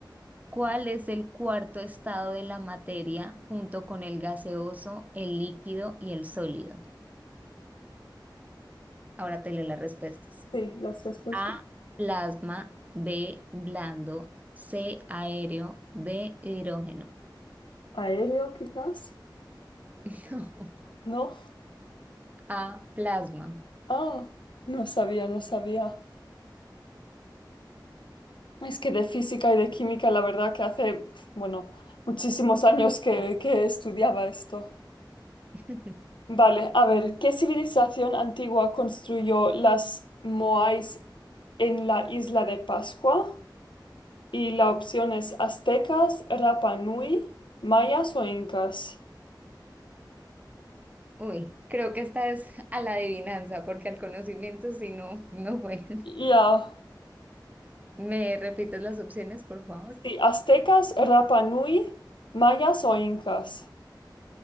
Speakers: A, on the right; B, on the left.
A: ¿Cuál es el cuarto estado de la materia junto con el gaseoso, el líquido y el sólido? Ahora te leo las respuestas.
B: sí, las respuestas.
A: A, plasma, B, blando, C, aéreo, D, hidrógeno.
B: Aéreo, quizás.
A: <laughs> No.
B: No.
A: A, plasma.
B: Ah, no sabía, no sabía. Es que de física y de química, la verdad que hace, pf, bueno, muchísimos años que, que estudiaba esto.
A: <laughs>
B: Vale, a ver, ¿qué civilización antigua construyó las Moais en la isla de Pascua? Y la opción es aztecas, Rapa Nui, mayas o incas.
A: Uy, creo que esta es a la adivinanza, porque al conocimiento si no, no fue. <laughs>
B: Ya,
A: ¿Me repites las opciones, por favor?
B: sí, aztecas, Rapa Nui, mayas o incas.